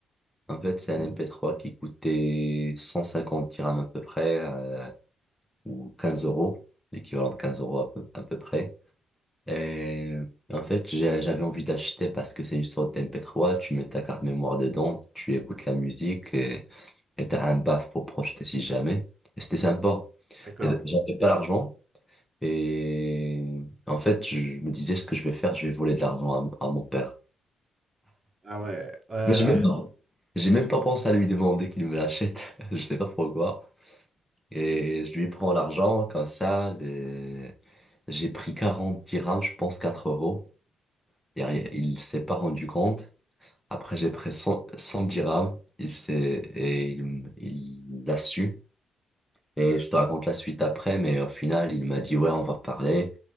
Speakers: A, in the centre; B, on the right (about 30°).
A: En fait, c'est un MP3 qui coûtait 150 dirhams à peu près, euh, ou 15 euros, l'équivalent de 15 euros à peu, à peu près. Euh, en fait, j'ai- j'avais envie d'acheter parce que c'est une sorte dmp trois Tu mets ta carte mémoire dedans, tu écoutes la musique et et t'as un baf pour projeter si jamais. Et c'était sympa.
B: d'accord.
A: Et d- J'avais pas l'argent et en fait, je me disais ce que je vais faire, je vais voler de l'argent à, à mon père.
B: Ah ouais, voilà.
A: Moi, j'ai même pas, j'ai même pas pensé à lui demander qu'il me l'achète. <laughs> Je sais pas pourquoi. Et je lui prends l'argent comme ça. les- J'ai pris 40 dirhams, je pense 4 euros. Derrière, Il s'est pas rendu compte. Après, j'ai pris 100, 100 dirhams. Il s'est, et il, il l'a su. Et je te raconte la suite après, mais au final, il m'a dit, ouais, on va parler.